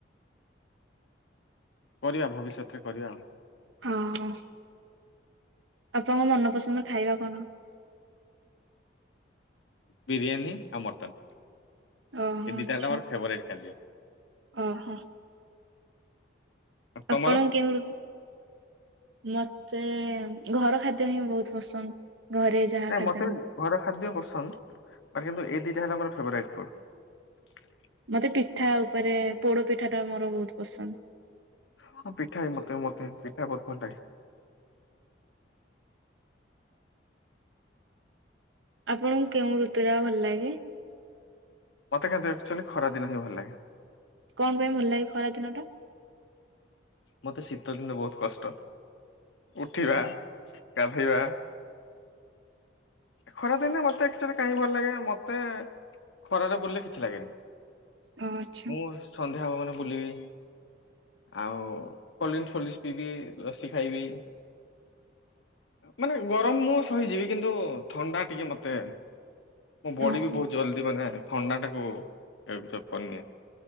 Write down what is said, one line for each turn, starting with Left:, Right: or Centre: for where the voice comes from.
Left: କରିବା ଭବିଷ୍ୟତରେ କରିବା ଆଉ।
Right: ଓ, ହଁ ଆପଣଙ୍କ ମନପସନ୍ଦର ଖାଇବା କଣ?
Left: ବିରିୟାନୀ ଆଉ ମଟନ୍।
Right: ଓହୋ
Left: ଏ ଦିଟା
Right: ଆଚ୍ଛା
Left: ହେଲା ମୋର ଫେଭରାଇଟ୍ ଖାଦ୍ୟ।
Right: ଓହୋ
Left: ତମର?
Right: ଆପଣଙ୍କୁ କେଉଁ ମ ମତେ ଘର ଖାଦ୍ୟ ହିଁ ବହୁତ ପସନ୍ଦ। ଘରେ ଯାହା
Left: ନା
Right: ଖାଦ୍ୟ
Left: ମୋତେ ବି ଘର ଖାଦ୍ୟା ପାସନ୍ଦ୍ <unintelligible> ବାକି ମୋର ଏଇ ଦିଟା ହେଲା ମୋର ଫେବରାଇଟ ଫୁଡ
Right: ମତେ ପିଠା ଉପରେ ପୋଡ ପିଠା ଟା ମୋର ବୋହୁତ ପସନ୍ଦ।
Left: ହଁ ପିଠା ବି ମତେ ମତେ ପିଠା ବୋହୁତ ଭଲ ଲାଗେ।
Right: ଆପଣଙ୍କୁ କେଉଁ ଋତୁ ଟା ଭଲ ଲାଗେ?
Left: ମୋତେ କିନ୍ତୁ ଏକଚୁଆଲି ଖରା ଦିନ ହିଁ ଭଲ ଲାଗେ।
Right: କଣ ପାଇଁ ଭଲ ଲାଗେ ଖରା ଦିନ ଟା।
Left: ମତେ ଶୀତ ଦିନ ବୋହୁତ କଷ୍ଟ ଉଠିବା ଗାଧଇବା। ଖରା ଦିନେ ମତେ ଆକଚୁଆଲି କାହିଁକି ଭଲ ଲାଗେ ମତେ ଖରାରେ ବୁଲିଲେ କିଛି ଲାଗେନି।
Right: ଓ ଆଚ୍ଛା
Left: ମୁଁ ସନ୍ଧ୍ୟା ହବ ମାନେ ବୁଲିବି। ଆଉ କୋଲ୍ଡ୍ରିଙ୍କଶ୍ ଫୋଲ୍ଡ୍ରିଙ୍କଶ୍ ପିଇବି ଲସି ଖାଇବି। ମାନେ ଗରମ ମୁଁ ସହିଯିବି କିନ୍ତୁ ଥଣ୍ଡା ଟିକେ ମତେ ମୋ ବଡି
Right: ଓହୋ
Left: ବି ବୋହୁତ ଜଲଦି ମାନେ ଥଣ୍ଡା ଟାକୁ <unintelligible> କରିନିଏ।